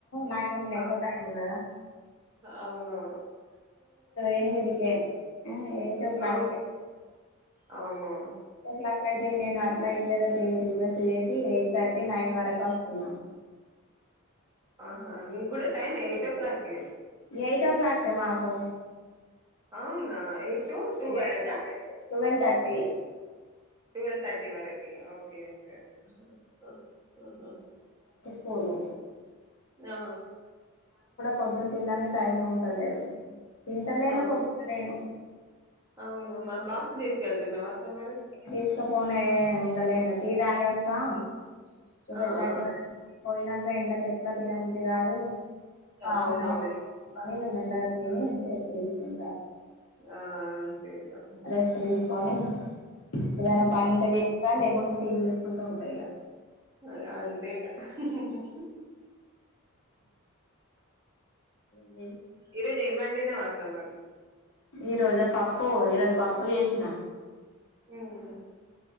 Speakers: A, on the left (about 60°); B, on the right (about 15°).
A: నాకేమన్నా
B: ఆ!
A: ఎక్కువ టైమ్ ఉన్నదా
B: అవును
A: ఎనిమిదికి ఎయిట్ ఓ క్లాక్
B: అవును అవును
A: ట్లాక్ యీత్ టే నేను అట్లా ఇట్లే ఏదో రిక్వెస్ట్ చేసి ఎయిట్ థర్టీ నైన్ వరకు వస్తున్నాను
B: ఆహా నీకు కూడా time eight o'clock
A: eight o'clock మాకు
B: అవునా ఎయిట్ టూ వరకా
A: ఎయిట్ ట్వెల్వ్ థర్టీ
B: ట్వల్వ్ థర్టీ వరకి ఓకే ఓకే ఒ ఓహో
A: పోలో
B: ఆ
A: పొద్దున తినడానికి టైం ఉంటలేదు తింటలేను
B: ఆ!
A: పొద్దు నేను
B: అవునా మ్ బాక్స్ తీసుకెళ్తు నవ్ అక్కా మరి
A: తీసుకపోనే ఉండలేను టీ తాగా సా
B: హ్మ్.
A: టూవల్
B: ఆ
A: థర్టీ
B: ఆ
A: పోయినాక ఎండక ఎట్లా తినబుద్ధి కాదు పాపను
B: అవునవును. అది
A: మెల్లగా
B: హ్మ్.
A: తిని రెస్ట్ తీసుకుం
B: ఆ ఆంతే ఇగా
A: రెస్ట్ తీసుకొని ఏదైనా
B: హ్మ్.
A: పని ఉంటే చేస్తా లేకుంటే టీవీ చుసుకో కుంటాల ఇగా
B: ఇగా అంతే ఇగా
A: అవు
B: ఇ రోజు ఏం వండి నావ్ అక్కా మరి
A: ఈ రోజు పప్పు ఈరోజు పప్పు చేసిన
B: హుమ్మ్